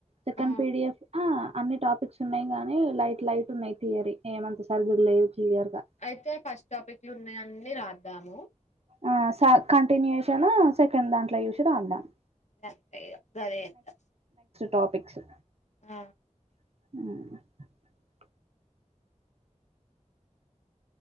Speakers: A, on the right; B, on the left.
A: సెకండ్
B: ఆ
A: పిడిఎఫ్ ఆ అన్ని టాప్ పిక్స్ ఉన్నయి గాని లైట్ లైట్ ఉన్నయి థియరీ ఏమంత సరిగ లేదు క్లియర్‌గా.
B: అయితే ఫస్ట్ టాపిక్ల ఉన్నయన్నీ రాద్దాము
A: ఆ సాల్ కంటిన్యూయేషను సెకండ్ దాంట్ల చూసి రాద్దాము
B: గంతే ఇగ గదే ఏదం
A: టాపిక్స్సు
B: ఆ
A: ఆ